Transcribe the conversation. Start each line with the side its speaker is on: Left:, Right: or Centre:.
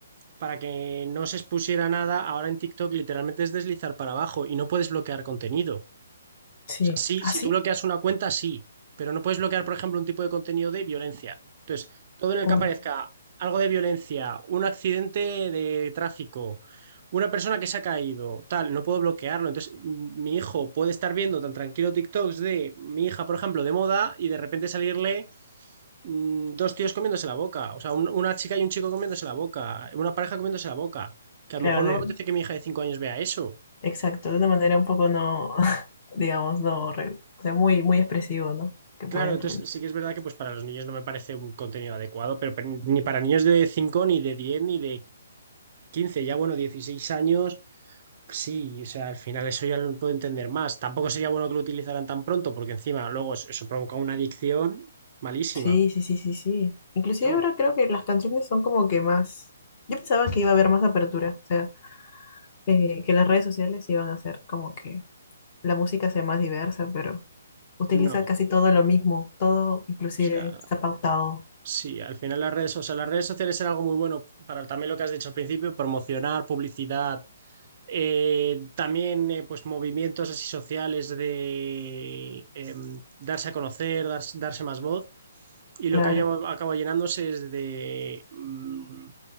Right: para que no se expusiera nada, ahora en TikTok literalmente es deslizar para abajo y no puedes bloquear contenido.
Left: sí.
Right: O sea, sí,
Left: ¿Ah,
Right: si
Left: sí?
Right: tú bloqueas una cuenta, sí, pero no puedes bloquear, por ejemplo, un tipo de contenido de violencia. Entonces, todo en el
Left: Uy,
Right: que aparezca algo de violencia, un accidente de tráfico, una persona que se ha caído, tal, no puedo bloquearlo. Entonces, m- mi hijo puede estar viendo tan tranquilo TikToks de mi hija, por ejemplo, de moda y de repente salirle mm, dos tíos comiéndose la boca, o sea, un- una chica y un chico comiéndose la boca, una pareja comiéndose la boca, que a lo
Left: claro,
Right: mejor
Left: de,
Right: no me apetece que mi hija de cinco años vea eso.
Left: exacto, de una manera un poco no, <laughs> digamos, no, re- o sea, muy, muy expresivo, ¿no? Que
Right: Claro,
Left: puede influir.
Right: entonces sí que es verdad que pues para los niños no me parece un contenido adecuado, pero pero ni para niños de 5, ni de 10, ni de 15, ya bueno, 16 años, sí, o sea, al final eso ya lo puedo entender más. Tampoco sería bueno que lo utilizaran tan pronto, porque encima luego es- eso provoca una adicción malísima.
Left: Sí, sí, sí, sí, sí. Inclusive
Right: Vamos,
Left: ahora creo que las canciones son como que más... Yo pensaba que iba a haber más apertura, o sea, eh, que las redes sociales iban a hacer como que la música sea más diversa, pero utiliza
Right: No,
Left: casi
Right: o
Left: todo lo mismo, todo inclusive
Right: sea,
Left: está pautado,
Right: sí, al final las redes, o sea, las redes sociales eran algo muy bueno para también lo que has dicho al principio, promocionar, publicidad, Eh, también eh, pues movimientos así sociales de eh, darse a conocer, dar- darse más voz. Y
Left: claro,
Right: lo que haya- acaba llenándose es de mm,